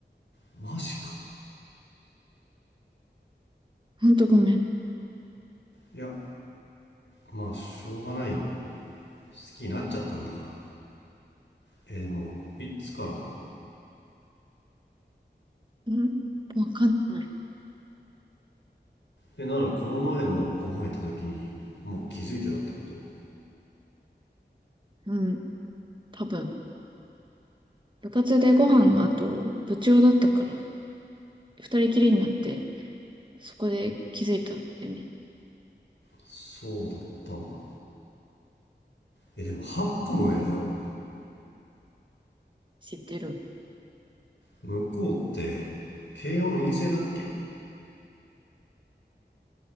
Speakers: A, on the left; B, on the right.
A: マジか。
B: ほんとごめん。
A: いや、まあしょうがないよ好きになっちゃったんだからえーでもいつからなの
B: うんわかんない。
A: えならこの前のご飯行った時にもう気づいてたってこと
B: うん。多分。部活でご飯の後、部長だったから、二人きりになって、そこで気づいたんだよね。
A: そうだったんだえでも8個も上だよ
B: 知ってる。
A: 向こうって慶応の陰性だっけ